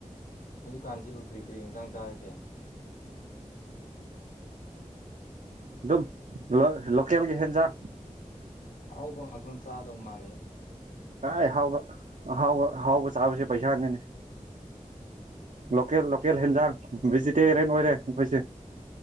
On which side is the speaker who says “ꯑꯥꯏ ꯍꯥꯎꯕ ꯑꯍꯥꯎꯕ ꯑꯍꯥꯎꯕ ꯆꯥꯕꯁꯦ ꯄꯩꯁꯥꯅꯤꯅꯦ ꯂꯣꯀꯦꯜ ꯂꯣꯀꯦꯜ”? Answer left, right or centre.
Right